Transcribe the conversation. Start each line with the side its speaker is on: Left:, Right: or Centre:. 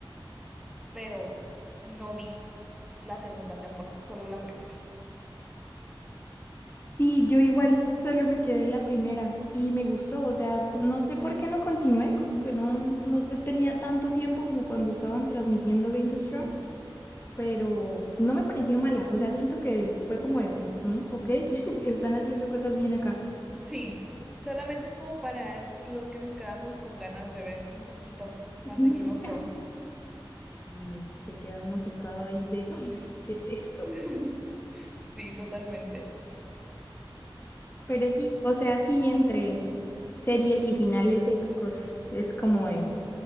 Centre: pero no vi la segunda temporada, solo la primera.
Left: Sí, yo igual solo me quedé en la primera y me gustó, o sea, no sé por qué no continué, como que no, no te- tenía tanto tiempo como cuando estaban transmitiendo Games of Thrones, pero no me pareció mala, o sea, siento que fue como de, "Mm, ok, <laughs> están haciendo cosas bien acá.
Centre: Sí, solamente es como para los que nos quedamos con ganas de ver un poquito más
Left: <laughs>
Centre: de Game of Thrones.
Left: Y se queda uno picado ahí de, "Ah, ¿qué es esto?
Centre: <laughs> Sí, totalmente.
Left: Pero sí, o sea, sí, entre series y finales épicos, es como eh,